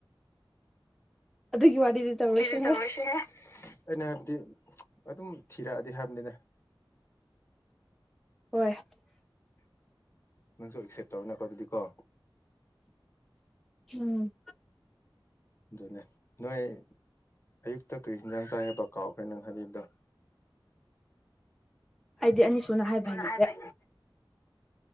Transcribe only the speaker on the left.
ꯑꯩꯅ ꯍꯥꯏꯕꯗꯤ ꯑꯗꯨꯝ ꯊꯤꯔꯛꯑ ꯗꯤ ꯍꯥꯏꯕꯅꯤꯗ
ꯅꯪꯁꯨ ꯑꯦꯛꯁꯦꯞ ꯇꯧꯅ ꯕꯒꯤꯗꯤ ꯀꯣ
ꯑꯗꯨꯅꯦ ꯅꯣꯏ ꯑꯌꯨꯛꯇ ꯀꯔꯤ ꯍꯤꯟꯁꯥꯡ ꯆꯥꯏ ꯍꯥꯏꯕ ꯀꯥꯎꯈ꯭ꯔꯦ ꯅꯪꯍꯗꯤꯗ
ꯁꯅ
ꯍꯥꯏꯔ ꯄꯦ